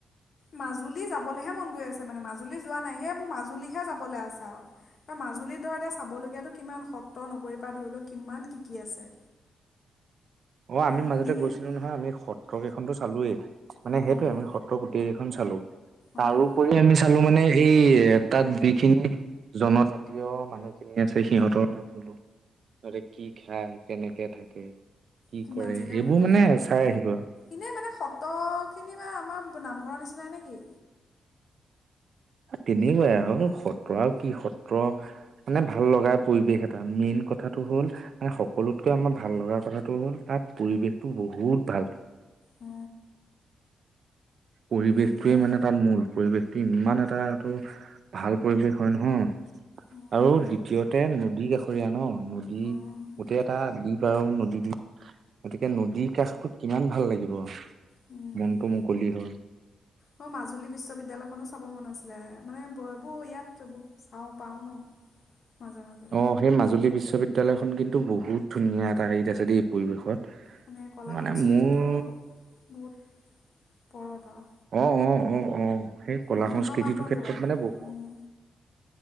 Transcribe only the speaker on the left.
মাজুলী যাবলৈহে মন গৈ আছে মানে মাজুলী যোৱা নাই হে মোৰ মাজুলীহে যাবলৈ আছা আৰু মাজুলীত ধ এতিয়া চাবলগীয়াাতটো কিমান সত্ৰ নগৰী ধৰি লও কিমান কি কি আছে
শুনিহে
অ',
অ',
কিমান
চাগে
ভাল
এনে মানে সত্ৰ খিনি বা আমাৰ নামঘৰ নিচিনাই নেকি
অ
এনেই
আৰু
অ',
অ', অ',
উম।
মোৰ মাজুলী বিশ্ববিদ্যালয়খনো চাব মন আছিলে মানে বয়বো ইয়াত চাওঁ পাওঁ ন মাজে মাজে
মানে কলা
সংস্কৃতিটো
বহুত পৰত আৰু
উন্নত
মানদণ্ডৰ
আৰু এইটো
উম।